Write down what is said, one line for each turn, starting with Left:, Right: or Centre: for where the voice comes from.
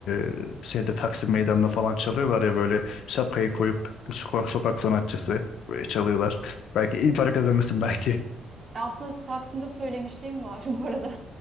Left: e, şeyde Taksim Meydanı'nda falan çalıyorlar ya böyle şapkayı koyup sokak, sokak sanatçısı böyle çalıyorlar. Belki iyi para kazanırsın belki.
Right: E, Aslında Taksim'de söylemişliğim var <laughs> bu arada.